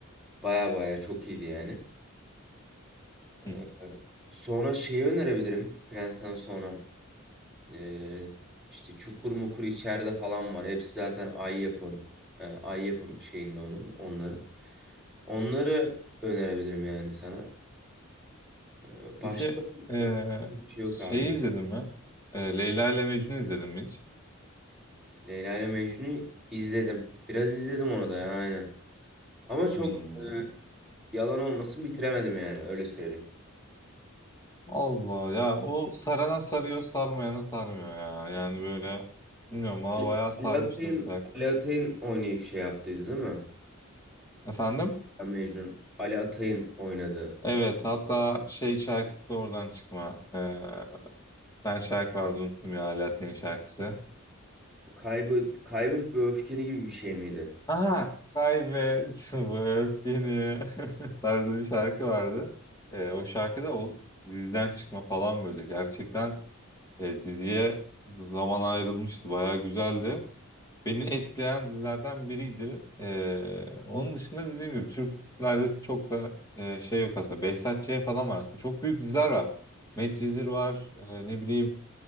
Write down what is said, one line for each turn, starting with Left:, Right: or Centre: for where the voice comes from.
Centre: baya baya çok iyiydi yani. Ee,
Left: hı.
Centre: sonra şeyi önerebilirim. Prens'ten sonra ee, işte Çukur Mukur içeride falan var. Hepsi zaten Ay yapın. e, Ay yapım şeyinde onun, onların. Onları önerebilirim yani sana. Ee, başka
Left: Peki eee,
Centre: önerebileceğim bir şey yok
Left: şeyi
Centre: abi.
Left: izledin mi? Eee, Leyla ile Mecnun izledin mi hiç?
Centre: Leyla ile Mecnun'u izledim. Biraz izledim onu da ya aynen. Ama çok
Left: Hmm.
Centre: e, yalan olmasın bitiremedim yani öyle söyleyeyim.
Left: Allah ya o sarana sarıyor sarmayana sarmıyor ya. Yani böyle bilmiyorum bana
Centre: Ali
Left: bayağı sarmıştı
Centre: Ali Atay'ın
Left: mesela.
Centre: Ali Atay'ın oynayıp şey yaptıydı değil mi?
Left: Efendim?
Centre: Ya Mecnun. Ali Atay'ın oynadı.
Left: Evet hatta şey şarkısı da oradan çıkma. Eee ben şarkı vardı unuttum ya Alaaddin'in şarkısı.
Centre: Kaybet, kaybet ve öfkeni gibi bir şey miydi?
Left: Aha kaybet bu öfkeni <laughs> tarzı bir şarkı vardı. Eee, o şarkı o dizden çıkma falan böyle gerçekten E, diziye zaman ayrılmıştı. Bayağı güzeldi. Beni etkileyen dizilerden biriydi. E, onun dışında dediğim gibi Türklerde çok da e, şey yok aslında. Behzat Ç. falan var aslında. Çok büyük diziler var. Medcezir var. E, ne bileyim